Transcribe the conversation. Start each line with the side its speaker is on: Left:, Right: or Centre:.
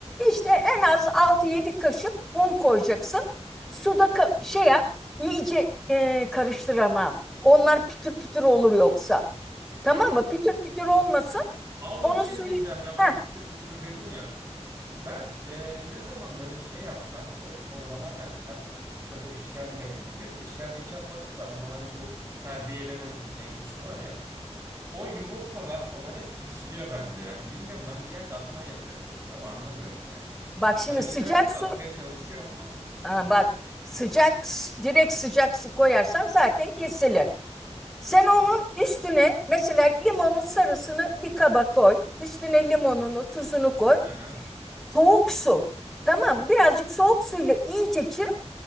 Centre: İşte en az altı yedi kaşık un koyacaksın. Suda ka- şey yap. iyice e, karıştır ama. Onlar pütür pütür olur yoksa. Tamam
Right: Ha.
Centre: mı? Pütür pütür olmasın.
Right: Abla
Centre: Onu
Right: bir şey
Centre: suyu
Right: diyeceğim ya bak
Centre: Heh,
Right: pütür pütür dedin ya. Ben e, ne zaman böyle şey yapsam, böyle çorbalar yapsam, işte bu işkembe gibi, işkembe hiç yapmadım da ama hani bu terbiyeleme mevzusu var ya. O yumurtalar falan hep kesiliyor bende yani. Bilmiyorum ben bir yerde hata yapıyorum kesin ama anlamıyorum yani.
Centre: Bak şimdi
Right: Karıştırarak
Centre: sıcak su
Right: da atmaya çalışıyorum ama
Centre: ha, bak sıcak s- direkt sıcak su koyarsan zaten kesilir. Sen onun üstüne mesela limonun sarısını bir kaba koy. Üstüne limonunu, tuzunu koy.
Right: Aha.
Centre: Soğuk su. Tamam, birazcık soğuk suyla iyice çır.